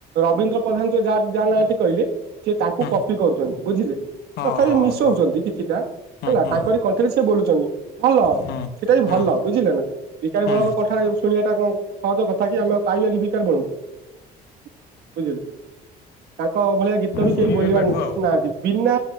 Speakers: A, on the right (about 70°); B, on the left (about 75°).
A: ରବୀନ୍ଦ୍ର ପ୍ରଧାନ ଯୋଉ ଯାହା ଯାହା ନାଁ ଟି କହିଲେ ସେ ତାଙ୍କୁ
B: ହଁ
A: କପି କରୁଛନ୍ତି ବୁଝିଲେ
B: ଓହୋ
A: ତଥାପି ମିଶଉଛନ୍ତି
B: ହୋ
A: କିଛିଟା।
B: ହଁ
A: ହେଲା
B: ହଁ
A: ତାଙ୍କରି କଣ୍ଠରେ ସିଏ ବୋଲୁଛନ୍ତି ଭଲ।
B: ହଁ
A: ସେଇଟା ବି
B: ହଁ
A: ଭଲ ବୁଝିଲେ ନା ବିକାରୀ
B: ହଁ
A: ବଳଙ୍କ କଣ୍ଠରେ ଶୁଣିବା ଟା କଣ ସହଜ କଥା କି ଆମେ ଆଉ ପାଇବା କି ଭିକାରି ବଳ ଙ୍କୁ ବୁଝିଲେ। ତାଙ୍କ ଭଳିଆ ଗୀତ ବି
B: ଶୁଣିବେ
A: କେହି ବୋଲିବାର
B: ଏବେଠୁ ଆଉ
A: ନାହାଁନ୍ତି ବିନା